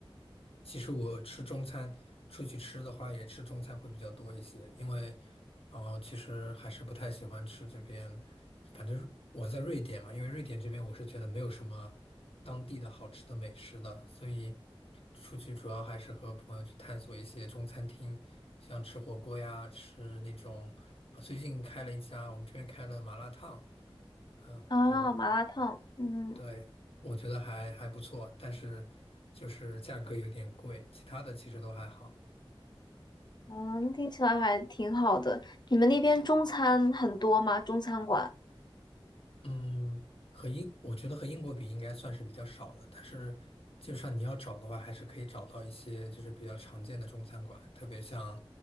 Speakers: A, on the left (about 80°); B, on the left (about 50°).
A: 其实我吃中餐，出去吃的话也吃中餐会比较多一些，因为，呃，其实还是不太喜欢吃这边，反正我在瑞典嘛，因为瑞典这边我是觉得没有什么当地的好吃的美食的，所以出去主要还是和朋友去探索一些中餐厅，像吃火锅呀，吃那种，啊，最近开了一家，我们这边开了麻辣烫，嗯，
B: 啊，
A: 对哦。
B: 麻辣烫，嗯
A: 对，我觉得还还不错，但是就是价格有点贵，其他的其实都还好。
B: 嗯，听起来还挺好的。你们那边中餐很多吗？中餐馆？
A: 嗯，和英，我觉得和英国比应该算是比较少的，但是基本上你要找的话，还是可以找到一些就是比较常见的中餐馆，特别像